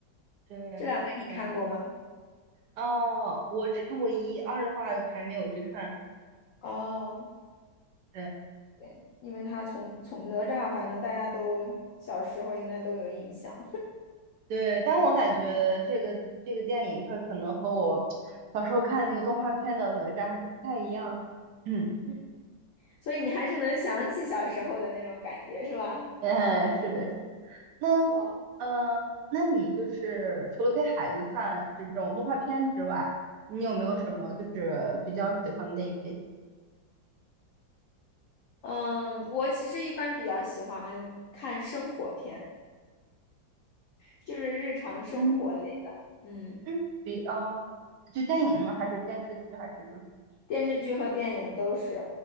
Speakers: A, on the right (about 70°); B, on the left (about 85°).
A: 对，
B: 这两个你看过吗？
A: 嗯，哦，我只看过一，二的话还没有去看。
B: 哦，
A: 对
B: 对因为他从从哪吒，反正大家都小时候应该都有印象，
A: 对，但我感觉这个这个电影它可能和我小时候看那个动画片的哪吒还是不太一样。<clears throat> 嗯。
B: <laughs> 所以你还是能想起小时候的那种感觉，是吧？
A: <laughs> 哎，是的，是的。那呃，
B: 哦，
A: 那你就是除了陪孩子看这种动画片之外，你有没有什么就是比较喜欢的电影类型？
B: 嗯嗯，我其实一般比较喜欢看生活片，就是日常生活类的。
A: 嗯
B: 嗯，
A: 嗯，比呃，就电影呢，还是电视剧，还是就是
B: 电视剧和电影都是。